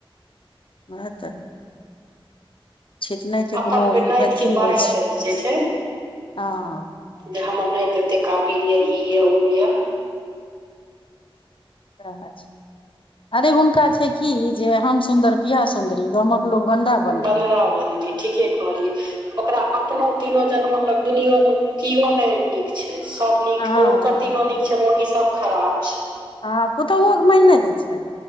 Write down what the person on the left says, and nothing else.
उयहा तऽ छीटना के
कोनो
अथी
होइ छै
हँ
<inaudible> अरे हुनका छै की जे हम सुन्दर पियाह सुन्दरी गामक। लोग बंडा बंडी
हँ
हँ पुतौहु के मैन नहि दै छै